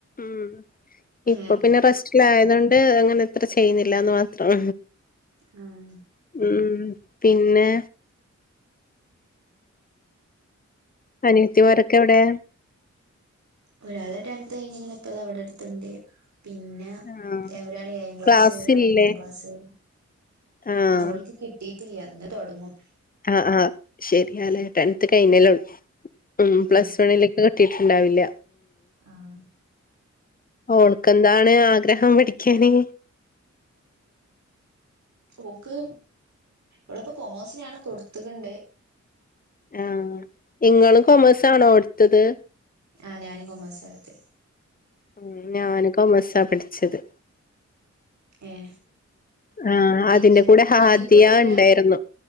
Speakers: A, on the left; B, on the right.
A: ഉംഹ് ഇപ്പൊ
B: ഏഹ്
A: പിന്നെ റെസ്റ്റിലായതൊണ്ട് അങ്ങനെ ഇത്ര ചെയ്യുന്നില്ലാന്ന് മാത്രം
B: ആഹ്.
A: ഉംഉം പിന്നെ അനിയത്തിമാരൊക്കെ എവിടെ
B: ഒരാള് ടെൻത് കയിഞ്ക്ക്ണ് ഇപ്പൊതാ ഇവടട്ത്ത്ണ്ട് പിന്നെ അ
A: ആഹ്
B: എ ഒരാൾ ഏഴാംക്ലാസ്സ്
A: ക്ലാസ്സില്ലേ
B: ഒരാൾ മൂന്നാംക്ലാസ്സ്
A: ആഹ്
B: അ ഓൾക്ക് കിട്ടി ട്ടില്ല്യ ന്ന്തൊട്ങ്ങും.
A: ആആ ശരിയല്ലെ ടെൻത്ത് കഴിഞ്ഞേള്ളൂ ഉ
B: ഉം
A: പ്ലസ് വണില് കിട്ടീട്ടിണ്ടാവില്ല.
B: ആഹ്
A: ഓൾക്കെന്താണ് ആഗ്രഹം പഠിക്കാന്.
B: ഓക്ക് ഓളിപ്പോ കൊമേഴ്സിനാണ് കൊട്ത്ത്ക്ക്ണ്ട്.
A: ആ ഇങ്ങളും കൊമേഴ്സ് ആണോ അടുത്തത്.
B: ആഹ് ഞാനും കോമേഴ്‌സാ എടുത്തേ
A: ഉം ഞാന്കോമേഴ്സാ പഠിച്ചത്.
B: ഏഹ്
A: ആഹ്
B: ഡിഗ്രി
A: അതിന്റെകൂടെ
B: അല്ല
A: ഹാദിയ
B: ഡിഗ്രിക്ക് പോയിട്ടില്ല
A: ഇണ്ടായിരുന്നു.